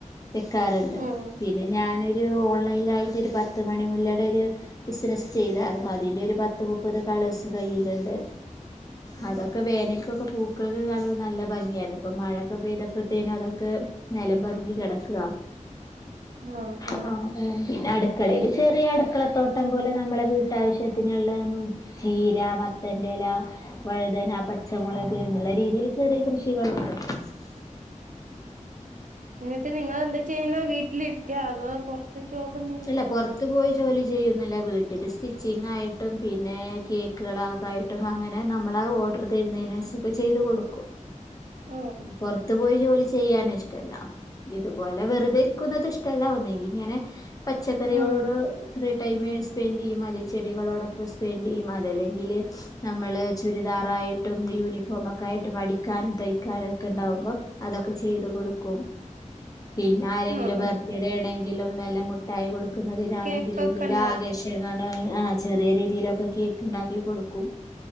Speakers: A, on the left (about 25°); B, on the right (about 80°).
A: വെക്കാർണ്ട്
B: ഉം
A: പിന്നെ ഞാനൊരു ഓൺലൈനായി പത്ത് മണി മുല്ലയുടെ ഒരു ബിസിനസ്സ് ചെയ്തായിരുന്നു അതിൻന്റൊരു പത്ത് മുപ്പത് കളേഴ്സ് കയ്യില്ണ്ട്
B: ഉം
A: അതൊക്കെ വേനൽക്കൊക്കെ പൂ ക്കള് കാണുമ്പോൾ നല്ല ഭംഗിയുണ്ട് ഇപ്പൊ മഴൊക്കെ പെയ്തപ്പോഴത്തേനും അതൊക്കെ നെലം പതിഞ്ഞ് കെടക്ക
B: ആഹ് ആഹ്
A: ആ പിന്നെ അട് ക്കളേല് ചെറിയ അടുക്കള തോട്ടം പോലെ നമ്മളെ വീട്ടാവശ്യത്തിനുള്ള ചീര, മത്തൻ്റെ ല വഴുതന, പച്ചമുളക് എന്നുള്ള രീതിയിൽ ചെറിയ കൃഷികളുണ്ട് ഉ <unintelligible>
B: എന്നിട്ട് നിങ്ങളെന്താ ചെയ്യുന്നെ വീട്ടിലിരിക്ക അതോ പൊറത്ത് ജോബെന്തെങ്കിലും
A: അല്ല
B: ഉണ്ടോ
A: പുറത്തു പോയി ജോലി ചെയ്യുന്നില്ല വീട്ടിൽ സ്റ്റിച്ചിങ്ങായിട്ടും പിന്നെ കേക്കുകളായിട്ടും അങ്ങനെ നമ്മള ഓർഡർ തരുന്നതിനനുസരിച്ച് ചെയ്ത് കൊടുക്കും
B: ആഹ് ആഹ്
A: പൊറത്ത് പോയി ജോലി ചെയ്യാനും ഇഷ്ടല്ല ഇതുപോലെ വെറുതെയിരിക്കുന്നത് ഇഷ്ടല്ല ഒന്നെങ്കി ഇങ്ങനെ പച്ചക്കറികളോട്
B: ഉം
A: ഫ്രീ ടൈമിൽ സ്പെൻഡ് ചെയ്യും അല്ലെങ്കിൽ ചെടികളോടൊപ്പം സ്പെൻഡ് ചെയ്യും അതല്ലെങ്കില് നമ്മള് ചുരിദാറായിട്ടും യൂണിഫോമൊക്കായിട്ടും അടിക്കാനും തയ്ക്കാനും ഒക്കെണ്ടാവുമ്പോ അതൊക്കെ ചെയ്ത് കൊടുക്കും പിന്നെ ആരെങ്കിലും
B: ആഹ്
A: ബർത്ത്ഡേണെങ്കിലും
B: ആഹ്
A: എല്ലാം മുട്ടായി കൊടുക്ക ക്കുന്നതിനാണെങ്കിലും
B: കേക്കൊക്കെ
A: എന്തെങ്കിലും
B: ഉണ്ടാക്കും
A: ആകേശങ്ങ <unintelligible> ചെറിയ രീതിയിലൊക്കെ കേക്ക് ഉണ്ടാക്കി കൊടുക്കും